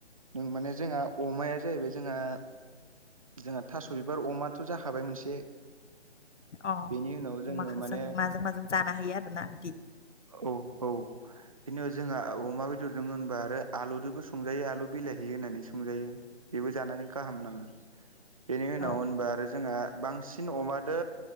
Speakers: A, on the right; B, on the left.
A: नों माने जोंहा अमाया जाहैबाय जोङा जोंहा थास' बिबार अमाथ' जाखाबाय मोनसे।
B: अ
A: बिनि उनाव जोङो
B: अमाखौ
A: माने
B: जों माजों माजों जानो हायो आरोना बिदिग।
A: औ औ। बिनि उनाव जोङा अमा बेदरजों होनबा आरो आलुदोबो संजायो आलु बिलाइहि होननानै संजायो। बेबो जानानै गाहाम नाङो। बेनि उनाव
B: औ
A: होनबा आरो जोंहा बांसिन अमादो